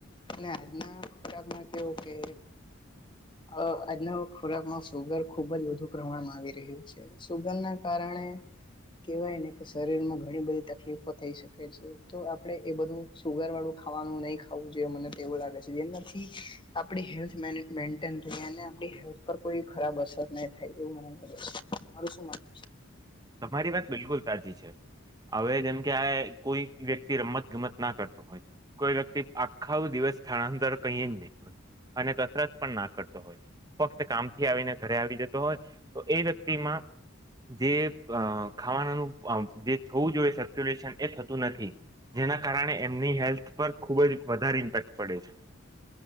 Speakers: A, on the left; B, on the right.
A: અને આજનાક માટે કે અ આજના ખોરાકમાં સુુગર ખુબ જ વધુ પ્રમાણમાં આવી રહ્યું છે સુગંધ ના કારણે કેવાયને કે શરીર માં ઘણી બધી તકલીફો થઈ શકે છે તો આપણે એ બધું સુુગર વાળું ખાવાનું નહીિ ખાવું જોઈએ મને તેવું લાગે છે જેનાથી આપ હેલ્ હે પર કોઈ ખરાબ અસર ન થાય એવ મે છે માર શું <unintelligible>
B: તમારી વાત બિલકુલ સાચી છે હવે જેમ કે આ કોઈ વ્યક્તિ રમત ગમત ના કરતો હોય કોઈ વ્યક્તિ આખા દિવસ સ્થળાંતર કહી જ નહીં હોય અને કસરત પણ ના કરતો હોય ફક્ત કામથી આવીને ઘરે આવી જતો હોય તો એ વ્યક્તિમાં જે ખાવાનાનું જે થવું જોઈએ સર્ક્યુલેશન એ થતું નથી જેના કારણે એમની હેલ્થ પર ખુબ જ વધારે ઇમ્પેક્ટ પડે છે.